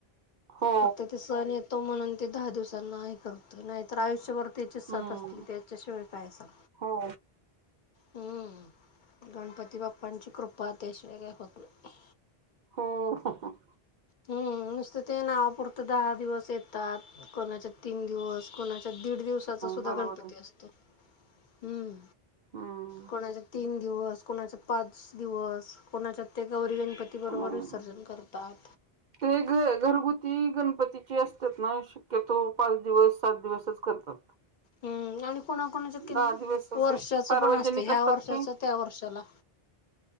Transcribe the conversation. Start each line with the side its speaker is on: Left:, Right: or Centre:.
Right: हो
Left: फक्त ते सण येतो म्हणून ते दहा दिवसांना नाही करत नाही तरर आयुष्यभर त्याची
Right: हम्म
Left: सथ असतील त्याच्याशिवाय काय सां
Right: हो
Left: हम्म गणपती बाप्पांची कृपा त्याशिवाय काय होत नाही.
Right: हो.
Left: हम्म नुसतं ते नावापुरतं दहा दिवस येतात कोनाचे तीन दिवस- कोणाच्यात दीड दिवसाचा सुद्धा
Right: बरोबर
Left: गणपती
Right: आहे
Left: असतो हम्म.
Right: हम्म
Left: कोणाच्यात तीन दिवस, कोणाच्या पाच दिवस कोणाच्या ते गौरी गणपती ती बरोबर
Right: हो
Left: विसर्जन करतात.
Right: ते घ घरगुती गणपतीची असतात ना- शक्यतो पाच दिवस, सात दिवसच करतात.
Left: हम्म आणि कोणाकुणाच्यायत किनी
Right: दहा दिवस
Left: वर्षाचं
Right: असे सार्वजनिक
Left: पण असतंय ह्या
Right: असतात
Left: वर्षाचं
Right: ते
Left: त्या वर्षाला.